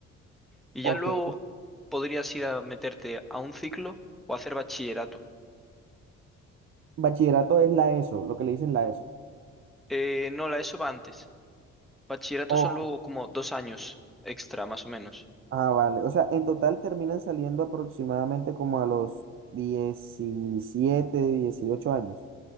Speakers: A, in the centre; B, on the right.
A: Y
B: ok.
A: ya luego podrías ir a meterte a un ciclo o hacer bachillerato.
B: Bachillerato es la ESO, lo que le dicen la ESO.
A: Eh, no, la ESO va antes. Bachillerato
B: Oh,
A: son luego como dos años extra, más o menos.
B: ah, vale. O sea, en total terminan saliendo aproximadamente como a los 17 18 años.